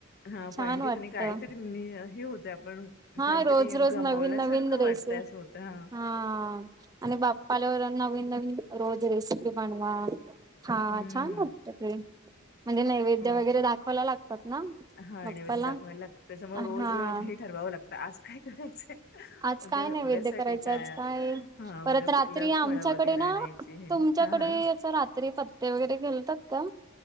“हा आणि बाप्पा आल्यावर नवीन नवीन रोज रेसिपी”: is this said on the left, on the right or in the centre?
Right